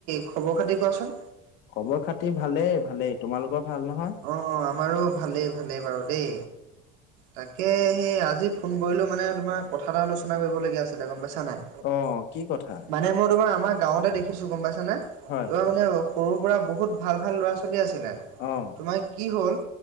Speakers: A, on the right (about 85°); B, on the left (about 60°).
A: খবৰ খাতি কোৱাচোন।
B: খবৰ খাতি ভালেই ভালেই তোমালোকৰ ভাল নহয়?
A: অ', অ', আমাৰো ভালেই ভালেই বাৰু দেই। তাকে সেই আজি ফোন কৰিলোঁ মানে তোমাৰ কথা এটা আলোচনা কৰিবলগীয়া আছিলে গম পাইছা নাই।
B: অ', অ', কি কথা?
A: মানে মই তোমাৰ আমাৰ গাঁৱতে দেখিছো গম পাইছানে,
B: হয়
A: তোমাৰ মানে সৰুৰ পৰা বহুত ভাল ভাল ল'ৰা ছোৱালী আছিলে।
B: অ'।
A: তোমাৰ কি হ'ল